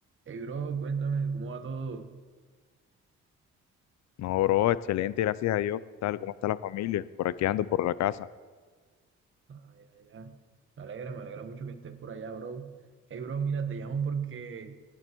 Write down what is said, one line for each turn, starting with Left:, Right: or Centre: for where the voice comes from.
Right: Hey, bro, cuéntame cómo va todo.
Left: No, bro, excelente, gracias a Dios. ¿Qué tal? ¿Cómo está la familia? Por aquí ando, por la casa.
Right: Ah, ya, ya. Me alegra, me alegra mucho que estés por allá, bro. Hey, bro, mira, te llamo porque